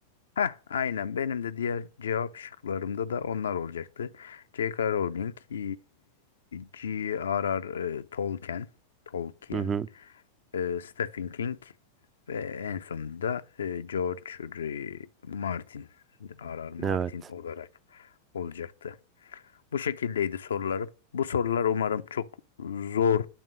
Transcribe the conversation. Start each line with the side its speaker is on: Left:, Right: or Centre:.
Left: ha aynen benim de diğer cevap şıklarımda da onlar olacaktı. J.K. Rowling, ee, G.R.R. e, Tolkien, Tolkien
Right: Hı hı.
Left: e, Stephen King ve en sonunda e, George R. Martin, R.R. Martin
Right: Evet.
Left: olarak olacaktı. Bu şekildeydi sorularım. Bu sorular umarım çok zor